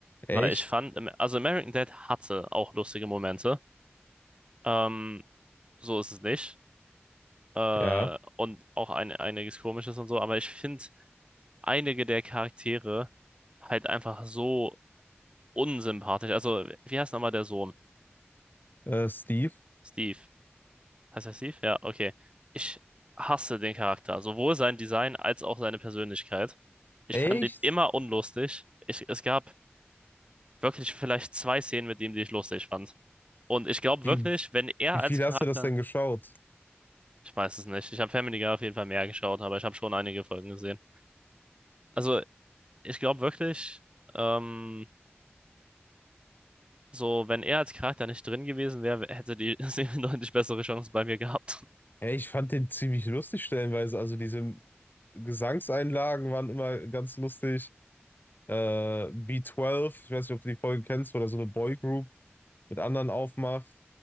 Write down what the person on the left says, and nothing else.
Echt?
Ja.
Äh, Steve?
Echt?
Wie,
wie
viel
hast du das denn geschaut?
Ja, ich fand den ziemlich lustig stellenweise. Also diese Gesangseinlagen waren immer ganz lustig. Äh, B12, ich weiß nicht, ob du die Folge kennst, wo der so eine Boygroup mit anderen aufmacht.